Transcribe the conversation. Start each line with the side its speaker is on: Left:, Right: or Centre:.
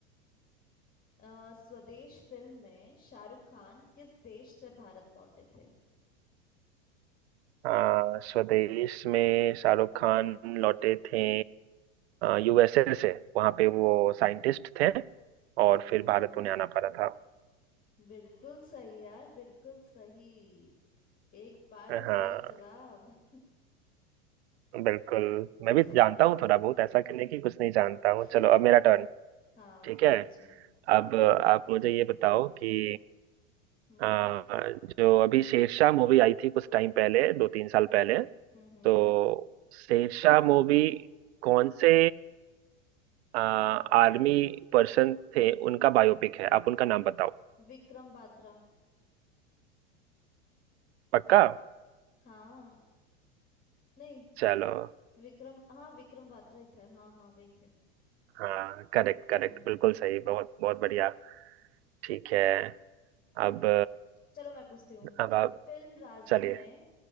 Left: अ, स्वदेश फिल्म में शाहरुख खान किस देश से भारत लौटे थे
Right: हाँ स्वदेश में शाहरुख खान लौटे थे यूएसए से वहाँ पे वो साइंटिस्ट थे
Left: हम्म
Right: और फिर भारत उन्हें आना पड़ा था
Left: बिल्कुल सही यार बिल्कुल सही एक बार
Right: हाँ
Left: में सही जवाब <laughs>
Right: बिल्कुल मैं भी
Left: ठीक
Right: जानता हूँ थोड़ा बहुत ऐसा करने की कुछ नहीं जानता
Left: है। <laughs>
Right: हूँ चलो अब मेरा टर्न
Left: हाँ
Right: ठीक है
Left: पूछो
Right: अब आप मुझे ये बताओ कि
Left: हम्म
Right: आ, जो अभी शेरशाह मूवी आई थी कुछ टाइम पहले दो तीन साल पहले
Left: हम्म हम्म।
Right: तो शेरशाह मूवी कौन से आर्मी पर्सन थे उनका बायोपिक है आप उनका नाम बताओ
Left: विक्रम बात्रा
Right: पक्का
Left: हाँ नहीं
Right: चलो
Left: विक्रम हाँ विक्रम बात्रा ही थे हाँ हाँ वही थे
Right: हाँ करेक्ट
Left: हम्म
Right: करेक्ट बिल्कुल सही बहुत बहुत बढ़िया ठीक है अब
Left: चलो मैं पूछती हूँ
Right: अब आप
Left: फिल्म राजी
Right: चलिए
Left: में